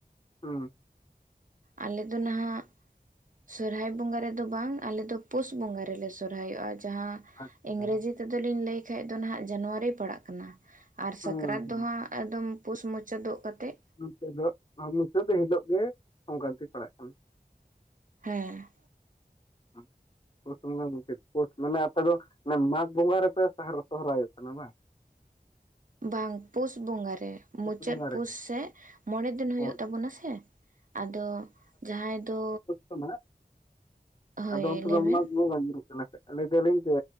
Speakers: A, on the left; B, on the right.
A: ᱦᱩᱸ,
B: ᱟᱞᱮ ᱫᱚ ᱱᱟᱦᱟᱜ ᱥᱚᱨᱦᱟᱭ ᱵᱚᱸᱜᱟ ᱨᱮᱫᱚ ᱵᱟᱝ ᱟᱞᱮ ᱫᱚ ᱯᱩᱥ ᱵᱚᱸᱜᱟ ᱨᱮᱞᱮ ᱥᱚᱨᱦᱟᱭᱚᱜᱼᱟ᱾ ᱡᱟᱦᱟᱸ
A: ᱟᱪᱪᱷᱟ
B: ᱤᱝᱨᱮᱡᱤ ᱛᱮᱫᱚ ᱞᱤᱧ ᱞᱟᱹᱭ ᱠᱷᱟᱡ ᱫᱚ ᱦᱟᱸᱜ ᱡᱟᱱᱩᱣᱟᱨᱤ ᱯᱟᱲᱟᱜ ᱠᱟᱱᱟ ᱟᱨ
A: ᱦᱩᱸ
B: ᱥᱟᱠᱨᱟᱛ
A: ᱦᱩᱸ
B: ᱫᱚ ᱦᱟᱸᱜ ᱟᱫᱚᱢ ᱯᱩᱥ ᱢᱩᱪᱟᱹᱫᱚᱜ ᱠᱟᱛᱮᱜ,
A: ᱱᱚᱛᱮ ᱫᱚ ᱟᱨ ᱱᱚᱱ ᱛᱮ ᱫᱚ ᱦᱤᱞᱳᱜ ᱜᱮ ᱥᱚᱝᱠᱟᱱᱛᱤ ᱯᱟᱲᱟᱜ ᱠᱟᱱᱟ᱾
B: ᱦᱮᱸ,
A: <unintelligible> ᱯᱩᱥ ᱵᱚᱸᱜᱟ ᱢᱩᱪᱟᱹᱫ ᱯᱩᱥ ᱢᱟᱱᱮ ᱟᱯᱮ ᱫᱚ ᱚᱱᱟ ᱢᱟᱜᱽ ᱵᱚᱸᱜᱟ ᱨᱮᱯᱮ ᱥᱟᱨ ᱥᱚᱦᱨᱟᱭ-ᱚᱜ ᱠᱟᱱᱟ ᱵᱟᱝ?
B: ᱵᱟᱝ ᱯᱩᱥ ᱵᱚᱸᱜᱟ ᱨᱮ,
A: ᱯᱩᱥ
B: ᱢᱩᱪᱟᱹᱫ
A: ᱵᱚᱸᱜᱟ
B: ᱯᱩᱥ
A: ᱨᱮ
B: ᱥᱮ ᱢᱚᱬᱮ ᱫᱤᱱ ᱦᱩᱭᱩᱜ
A: ᱦᱳᱭ
B: ᱛᱟᱵᱚᱱᱟ ᱥᱮ᱾ ᱟᱫᱚ ᱡᱟᱦᱟᱸᱭ ᱫᱚ
A: ᱵᱟᱝ-ᱟ,
B: ᱦᱳᱭ
A: ᱟᱫᱚ ᱚᱱᱛᱮ
B: ᱞᱟᱹᱭ
A: ᱫᱚ ᱚᱱᱟ
B: ᱵᱤᱱ
A: ᱵᱚᱝ-ᱟ ᱧᱩᱨᱩᱜ ᱠᱟᱱᱟ ᱥᱮ ᱞᱟᱹᱭ ᱫᱟᱹᱞᱤᱧ ᱡᱮ